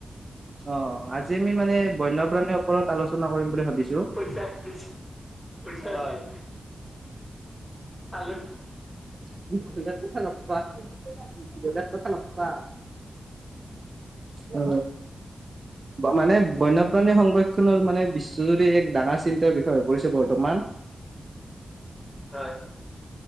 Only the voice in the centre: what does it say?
<unintelligible> <inaudible> হয়। <unintelligible>
হয়।